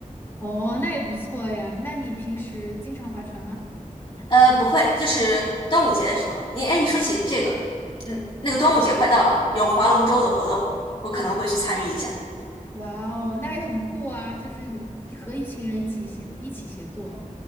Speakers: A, on the left; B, on the left.
A: 哦，那也不错呀。那你平时经常划船啊？
B: 呃，不会，就是端午节的时候。你哎，你说起这个，嗯，那个端午节快到了，有划龙舟的活动，我可能会去参与一下。
A: 哇哦，那也很酷啊！就是和一群人一起协一起协作。